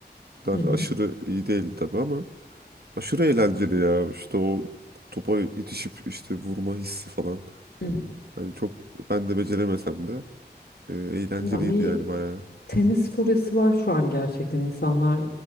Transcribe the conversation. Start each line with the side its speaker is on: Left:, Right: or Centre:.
Right: O kadar
Left: Hı hı.
Right: aşırı iyi değildi tabii ama Aşırı eğlenceli ya. İşte o topa yetişip işte vurma hissi falan.
Left: Hı hı.
Right: Hani çok ben de beceremesem de e, eğlenceliydi
Left: Ya bir
Right: yani bayağı.
Left: tenis furyası var şu an gerçekten. İnsanlar